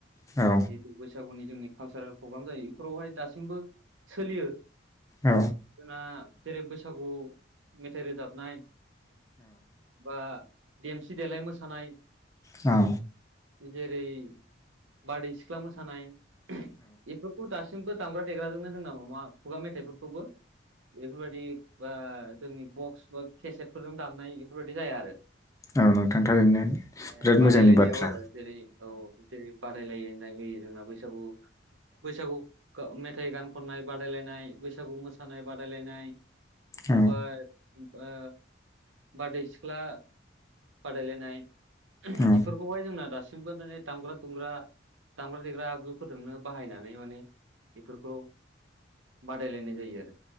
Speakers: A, on the left; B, on the right.
A: औ
B: जिेतु बैसागुनि जोंनि कालसारेल प्रग्राम जायो बेफोरावहाय दासिमबो सोलियो
A: औ
B: जोंना जेरै बैसागु मेथाइ रोजाबनाय बा देमसि देेलाय मोसानाय
A: औ
B: जेरै बारदै सिख्ला मोसानाय बेफोरखौ दासिम दामग्रा देग्राजोबनो जों नामा मा खुगा मेथाइफोरखौबो । बेफोरबायदि बा जोंनि बक्स बा केसेटफोरजों दामनाय बेफोरबायाददि जाया आरो
A: औ नोंथां थारैनो
B: ए
A: बिराद
B: बादायलायनायाव
A: मोजांनि बाथ्रा
B: आरो जेरै औ जेरै बादायलायो नाय होयो जोंना बैसागु बैसागु मेथाइ गान खननाय बादायलायनाय बैसागु मोसानाय बादायलायनाय
A: औ
B: ओमफ्राय बा बारदै सिख्ला बादायलायनाय
A: औ
B: बेफोरखौहाय जोंना दासिमबो दिनै दामग्रा दुमग्रा दामग्रा देग्रा आगजुफोरजोंनो बाहायनानै माने बेफोरखौ बादायलायनाय जायो आरो